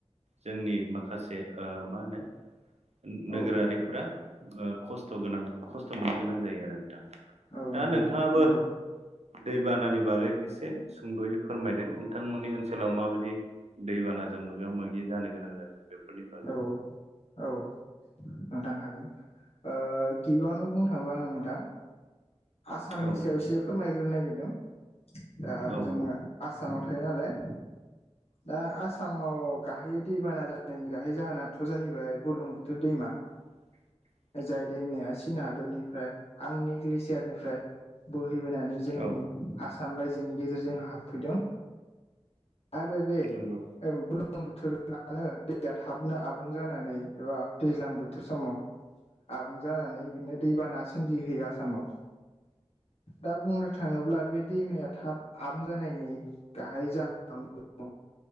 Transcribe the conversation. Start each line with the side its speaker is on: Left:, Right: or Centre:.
Right: जोंनि माखासे ओ मा होनो नोगोरारिफोरा
Left: औ
Right: ओ खस्थ' गोनां खस्थ' मोननो गोनां जायो आरो नोंथां।
Left: औ
Right: दा
Left: नोंथां
Right: नोंथाङाबो
Left: नंगौ
Right: दैबानानि बागै एसे सुंद'यै फोरमायदों। नोंथांमोननि ओनसोलाव माबायदि दैबानाजों मोगा मोगि जानो गोनां जादों बेफोरनि बा
Left: औ औ नोंथां हागोन ओ गिबियावनो बुंनो थाङोबा आङो नोंथां आसामनि
Right: औ
Left: सायाव एसे फोरमायग्रोनो नागिरदों दा
Right: औ
Left: जोङो
Right: बुं
Left: आसामाव थायो नालाय दा आसामाव गाहाय दैबाना दानायनि गाहै जाहोनाथ' जाहैबाय बुरलुंबुथुर दैमा।
Right: <inaudible>
Left: जाय दैमाया चीन हादरनिफ्राय आंनि ग्लेसियारनिफ्राय बोहैबोनानै जोंनि
Right: औ
Left: आसाम रायजोनि गेजेरजों हाबफैदों। आरो बे
Right: नंगौ
Left: बुलुंबुथुरयानो दैया थाबनो आबुं जानानै एबा दैज्लां बोथोर समाव आबुं जानानै बिदिनो दैबाना सोमजिहोयो आसामाव। दा बुंनो थाङोब्ला बे दैमाया थाब आबुं जानायनि गाहाय जाहोनाव दङ